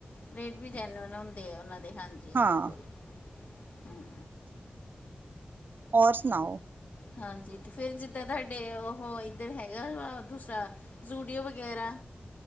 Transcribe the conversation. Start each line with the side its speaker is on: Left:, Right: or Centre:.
Left: ਰੇਟ ਵੀ ਜੈਨਵਨ ਹੁੰਦੇ ਆ। ਉਹਨਾਂ ਦੇ, ਹਾਂਜੀ
Right: ਹਾਂ
Left: ਬਿਲਕੁਲ, ਹੂੰ।
Right: ਹੋਰ ਸੁਣਾਓ?
Left: ਹਾਂਜੀ, ਤੇ ਫੇਰ ਜਿੱਦਾਂ, ਤੁਹਾਡੇ ਉਹ, ਇੱਧਰ ਹੈਗਾ ਵਾ, ਦੂਸਰਾ। ਜ਼ੂਡੀਓ ਵਗੈਰਾ।